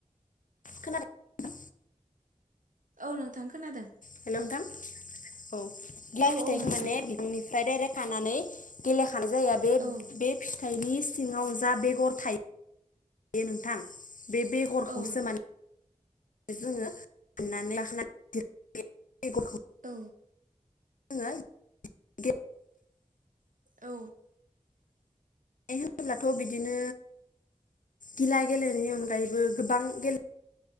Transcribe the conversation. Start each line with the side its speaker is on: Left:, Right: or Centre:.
Left: खोनादों
Right: औ नोंथां खोनादों
Left: हेल' नोंथां औ गिला
Right: औ
Left: फिथाइखौ
Right: औ नोंथां
Left: माने बिफांनिफ्राय डायरेक्ट खानानै गेला खानाय जाया बे
Right: औ
Left: बे फि थाइनि सिङाव जा बेगर थायो दे नोंथां बे बेगरखौसो
Right: औ
Left: माने जोङो हाननानै लाखानानै बेगर
Right: औ
Left: जोंङो गे
Right: औ
Left: बे होनोब्लाथ बिदिनो गिला गेलेनायनि अनगायैबो गोबां गेले